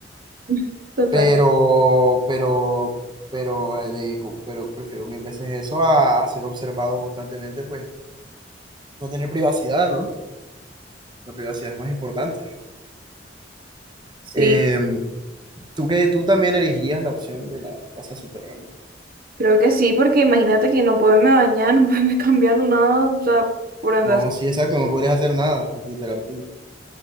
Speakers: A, on the right; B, on the right.
A: <laughs> total.
B: Pero, pero, pero, eh, de- pero prefiero mil veces eso a, a ser observado constantemente, pues no tener privacidad, ¿no? La privacidad es más importante.
A: Sí.
B: Eh, Tú que tú también elegirías la opción de la casa subterránea.
A: Creo que sí, porque imagínate que no poderme bañar, <laughs> no poderme cambiar, no nada, o sea, por andar.
B: No, sí, exacto, no podrías hacer nada, literal. Tú,